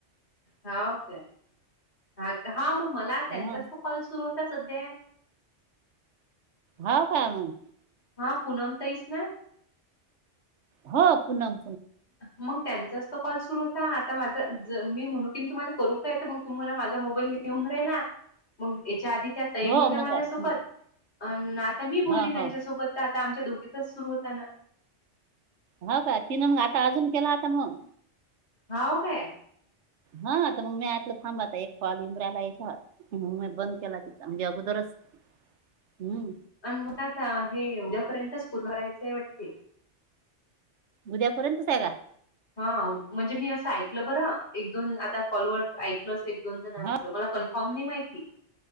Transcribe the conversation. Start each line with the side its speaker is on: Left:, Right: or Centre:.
Left: हा का हा हा मग मला त्यांचाच
Right: हं
Left: त कॉल सुरू होता. आता सध्या
Right: हो काय मग
Left: हा पनम तईस ना
Right: हो पुनम
Left: मग त्यांचाच तो कॉल सुरू होता आता माझा मी म्हणु किन तुम्हाला करू काय तर मग तुम्हाला माझा मोबाईल घेऊन राहिला मग याच्या आधी त्या तही
Right: हो
Left: बोलल्या माझ्यासोबत
Right: मग हं.
Left: अन् आता मी बोलली
Right: हो
Left: त्यांच्यासोबत
Right: हो
Left: आता आमच्या दोघीचाच सुरू होता ना
Right: ह का तिनं मग आता अजून केला आता मग
Left: हाऊ काय
Right: हा तर मग मी ऐलं थांबता एक फल इंद्राला या म बंद केला त म्हणजे अगोदरच हम्म
Left: अन मला आता हे उद्यापर्यंतच पुन राहायचंय वाटते.
Right: उद्यापुर्यंतच आहे का?
Left: हा म्हणजे मी असं ऐकलं बरं एक दोन आता कॉलवर ऐकल. एक दोन जणांच
Right: हा
Left: मला कन्फर्म नाही माहिती